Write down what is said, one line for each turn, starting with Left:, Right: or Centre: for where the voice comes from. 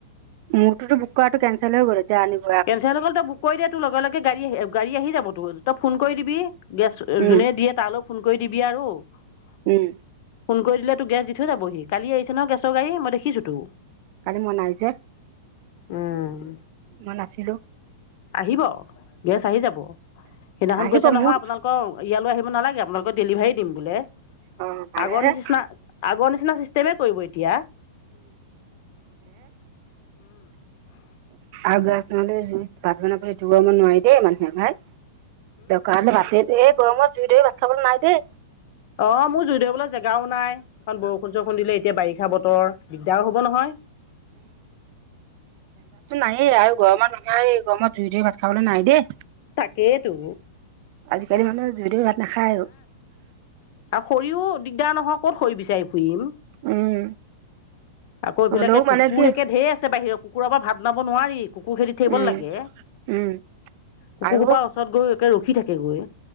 Right: মোৰতটো বুক কৰাটো কেনঞ্চেল হৈ কৰে যে আনি
Left: কেলচেলসকলল বুক কৰি দিয় তোৰ লগে গাড়ী আহ গাড়ী আহি যাব তই ফোন কৰি দিবি দিয়া
Right: উম
Left: যোনে দিয়ে তালৈ ফোন কৰি দিবি আৰু <unintelligible>
Right: উম
Left: ফোন কৰি দিলে তো গেছ দি থৈ যাবহি কালি আহি ন গেৰ গাড়ী মই দেখিছো তো
Right: কালি মই নাইজে
Left: উম
Right: মান আছিলো
Left: আহিব গেছ আহি যাব সেইদিনাখন
Right: আহিব
Left: কৈছে নহয়
Right: মোৰ
Left: আপোনালোকৰ ইয়ালৈ আহিব নালাগে আপোনালোকক ডেলিভাৰী দিম বোলে
Right: অ ভালেহে
Left: আগৰ নিচিনা আগৰ নিচিনা চিষ্টেমে কৰিব এতিয়া
Right: আগ নহ'লে জুই ভাত বনাবলৈটো ব নোৱাৰি দেই মানুহে ভাই দোকান ভতি এই গ মত জুই দৰে ভাত খাবলৈ নাই দেই
Left: অ' মোৰ জুই ধবলৈ জেগাও নাই অকণ বৰষুণ চৰষুণ দিলে এতিয়া বাৰিষা বতৰ দিগদাৰ হ'ব নহয়
Right: নাইেই আৰুৰ মানুহ এই গৰমত জুই ধুই ভাত খাবলৈ নাই দেই
Left: তাকেইেতো
Right: আজিকালি মানুহে জুদিও ভাত নাখায় আৰু
Left: শৰিওন দিগদাৰ নহয় ক'ত খৰি বিচাৰি ফুৰিম,
Right: উম,
Left: আকৌ এইফেলেকে
Right: হ'লেও
Left: কুকুৰ
Right: মানে কি
Left: একে ঢেৰ আছে বাহিৰৰ কুকুৰৰ পৰা ভাত নাব নোৱাৰি, কুকুৰ খেদি থাকিব
Right: উম,
Left: লাগে,
Right: উম
Left: কুকুৰ
Right: আৰু
Left: সোপাৰ ওচৰত গৈ ৰখি একে থাকি এগুৱে